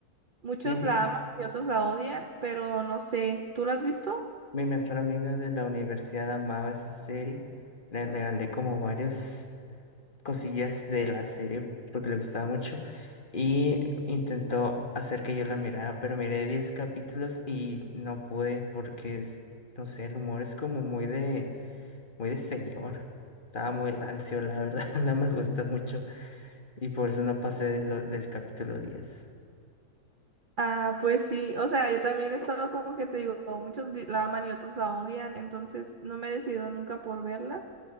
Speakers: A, on the right; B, on the left.
A: Muchos
B: Sí, mi,
A: la aman y otros la odian, pero no sé. ¿Tú la has visto?
B: mi mejor amiga de la universidad amaba esa serie. Le regalé como varios. cosillas de la serie porque le gustaba mucho y intentó hacer que yo la mirara, pero miré 10 capítulos y no pude porque es, no sé, el humor es como muy de, muy de señor. Estaba muy rancio, la verdad, <laughs> no me gustó mucho y por eso no pasé de lo- del capítulo diez
A: Ah, pues sí, o sea, yo también he estado como que te digo, muchos di- la aman y otros la odian, entonces no me he decidido nunca por verla.